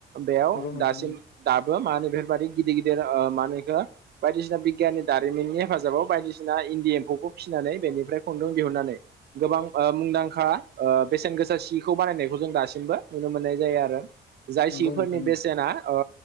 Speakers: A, on the right; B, on the left.
A: बेयाव
B: नोंथां
A: दासिम दाबो मा होनो बेफोरबायदि गिदिर गिदिर ओ मा होनो बिखो बायदिसिना बिगियाननि दारिमिननि हेफाजाबाव बायदिसिना इन्दि एम्फौखौ फिना नानै बेनिफ्राय खुंन्दुं दिहुननानै गोबां ओ मुंदांखा ओ बेसेन गोसा सिखौ बानायनायखौ जों दासिमबो नुनो मोननाय जायो आरो जाय सिफोरनि
B: नंगौ नोंथां नंगौ नोंथां
A: बेसेना ओ